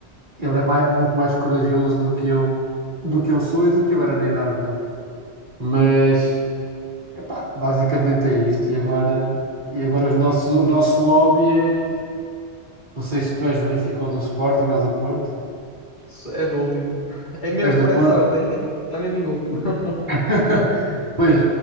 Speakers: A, on the right; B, on the left.
A: Ele é mai- muito mais corajoso do que eu, do que eu sou e do que eu era na idade dele. Mas. Epá, basicamente é isto. E agora, e agora os nossos, o nosso lobby é. Não sei se tu és do Benfica ou do Sporting ou do Porto.
B: Isso É do último. <laughs> É mesmo
A: És
B: por
A: do
B: essa
A: Porto?
B: ordem, é, está mesmo em último. <laughs>
A: <laughs> Pois,